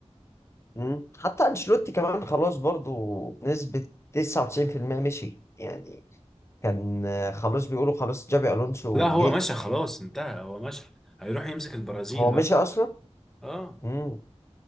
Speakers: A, on the left; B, in the centre.
A: مم. حتى انشيلوتي كمان خلاص برضو بنسبة 99% مشي يعني كان آه، خلاص بيقولوا خلاص جابي الونسو
B: لا هو
A: جه
B: مشى خلاص انتهى هو مشى هيروح يمسك البرازيل
A: هو
B: بقى
A: مشي اصلا
B: آه
A: امم